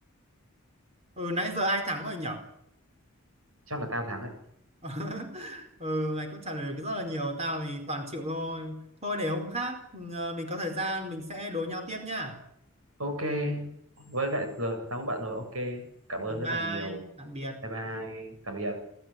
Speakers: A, on the right (about 30°); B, on the right (about 80°).
A: ừ nãy giờ ai thắng rồi nhở
B: chắc là tao thắng ấy
A: <laughs> ừ mày cũng trả lời được rất là nhiều tao thì toàn chịu thôi thôi để hôm khác ừ, ờ, mình có thời gian mình sẽ đối nhau tiếp nhá
B: ok với lại giờ tao có bạn rồi ok cảm ơn
A: bye
B: rất
A: bye
B: là nhiều
A: tạm biệt
B: bye bye tạm biệt